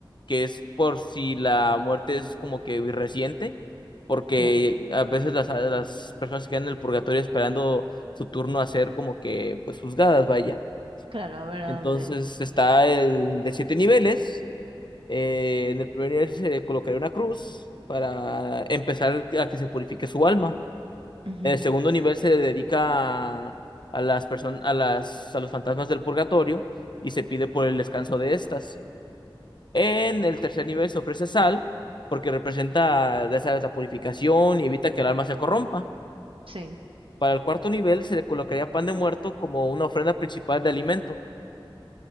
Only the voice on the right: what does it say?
claro,
claro, a ver a
dónde.
ujú,
sí,